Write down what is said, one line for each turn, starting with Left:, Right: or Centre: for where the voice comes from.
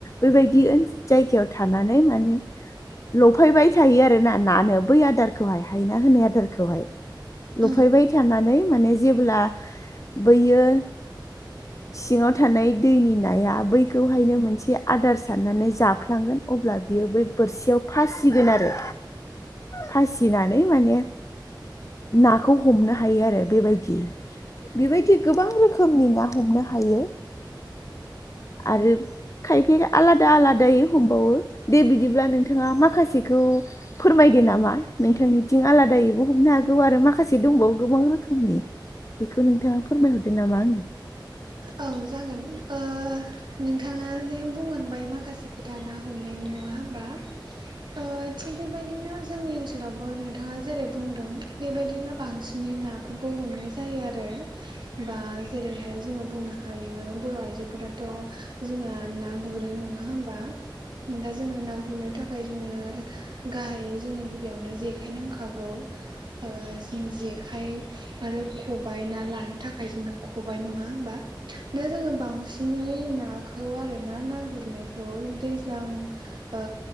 Left: बेबायदि ओनस जायगायाव थानानै माने लफायबाय थायो आरो ना नानो बै आदारखौहाय हायना होनाय आदारखौहाय। लफायबाय
Right: औ
Left: थानानै माने जेब्ला बैयो सिङाव थानाय दैनि नाया बैखौहायनो मोनसे आदार साननानै जाफ्लांगोन अब्ला बियो बै बोरसियाव फासिगोन आरो। फासिनानै माने नाखौ हमनो हायो आरो बेबायदि। बेबायदि गोबां रोखोमनि ना हमनो हायो आरो खायफाया आलादा- आलादायै हमबावो दे बिदिब्ला नोंथाङा माखासेखौ फोरमायदो नामा नोंथांनिथिं आलादायैबो हमनो हागौ आरो माखासे दंबावो गोबां रोखोमनि बेखौ नोंथाङा फोरमायहरदो नामा आंनो।
Right: औ जागोन ओ नोंथाङा जे बुंलांबाय माखासे खोथा ना हमनायनि नङा होमबा। ओ थिग बेबायदिनो जोंनि ओनसोलावबो नोंथाङा जेरै बुंदों बेबायदिनो बांसिनै ना फोरखौ हमनाय जायो आरो बा जेरैहाय जोङो बुंनो हायो बर' आइजोफोराथ' जोंना ना गुरो नङा होमबा। दा जोङो ना गुरनो थाखाय जोंनो गाहायै जोंनो गिबियावनो जेखाइ नांखागौ ओ जों जेखाइ आरो खबाय ना लानो थाखाय जोंनो खबाय नङा होमबा। दा जोङो बांसिनै नाखौ आरो ना ना गुरनायखौ दैज्लां ओ